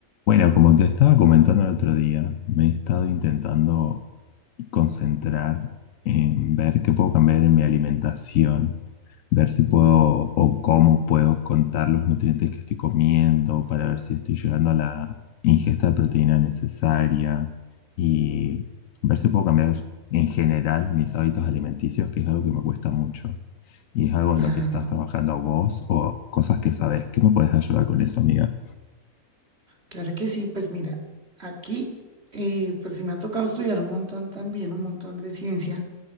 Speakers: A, on the left; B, on the right.
A: Bueno, como te estaba comentando el otro día, me he estado intentando concentrar en ver qué puedo cambiar en mi alimentación, ver si puedo o cómo puedo contar los nutrientes que estoy comiendo para ver si estoy llegando a la ingesta de proteína necesaria y ver si puedo cambiar en general mis hábitos alimenticios, que es algo que me cuesta mucho. Y es algo en
B: Claro,
A: lo que estás trabajando vos o cosas que sabes. ¿Qué me puedes ayudar con eso, amiga?
B: claro que sí. Pues mira, aquí, eh, pues sí me ha tocado estudiar un montón también, un montón de ciencia,